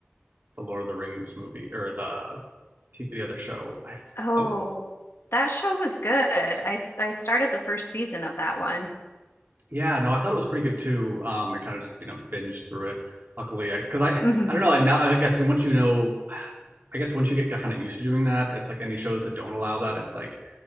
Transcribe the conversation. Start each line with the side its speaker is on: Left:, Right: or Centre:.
Right: the Lord of the Rings movie or the the other show. I,
Left: Oh,
Right: Oh.
Left: that show was good. I, s- I started the first season of that one.
Right: yeah, no, I
Left: Um,
Right: thought it was pretty good too. Um, I kind of just you know binged through it. Luckily, because I, I
Left: hmm
Right: I don't know. I now I guess once you know, I guess once you get kind of used to doing that, it's like any shows that don't allow that. It's like